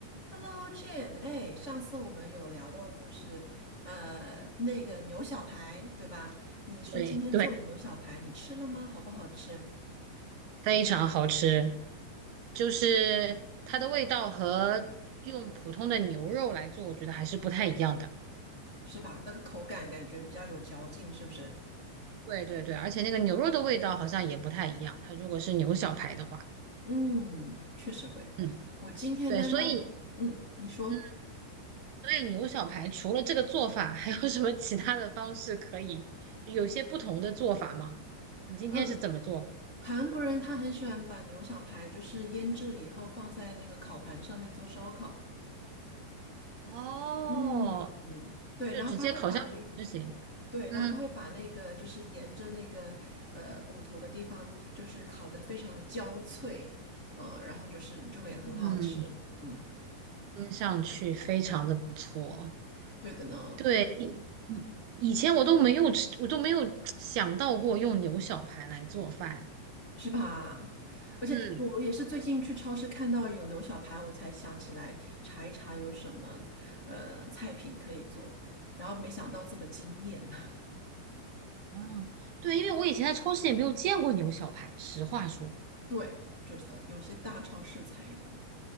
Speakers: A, on the left; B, on the right.
A: Hello Jane，哎，上次我们有聊到就是呃那个牛小排，对吧？你说今天做了牛小排，
B: 对对，
A: 你吃了吗？好不好吃？
B: 非常好吃，就是它的味道和用普通的牛肉来做，我觉得还是不太一样的。
A: 是吧？那个口感感觉比较有嚼劲，是不是？
B: 对对对，而且那个牛肉的味道好像也不太一样，它如果是牛小排的话，
A: 嗯，确实会。
B: 嗯，
A: 我今天呢要，
B: 对，所以
A: 嗯，你说，
B: 嗯，所以牛小排除了这个做法，还有什么其他的方式可以，就有些不同的做法吗？你今天是怎么做？
A: 嗯，韩国人他很喜欢把牛小排就是腌制了以后放在那个烤盘上面做烧烤。
B: 哦，
A: 嗯嗯，对，
B: 就直接烤箱就行。
A: 然后他会把那对，然后他会把那个就是沿着那个呃骨头的地方，
B: 嗯
A: 就是烤得非常的焦脆，嗯、然后就是就会很好吃，
B: 嗯，
A: 嗯，
B: 听上去非常的不错。
A: 对的呢，
B: 对，以以以前我都没有吃，我都没有想到过用牛小排来做饭。
A: 是吧？而且我也是最近去超市看到有牛小排，
B: 嗯
A: 我才想起来查一查有什么呃菜品可以做，然后没想到这么惊艳，
B: 嗯，对，因为我以前在超市也没有见过牛小排，实话说。
A: <laughs> 对，就是的，有些大超市才有呢。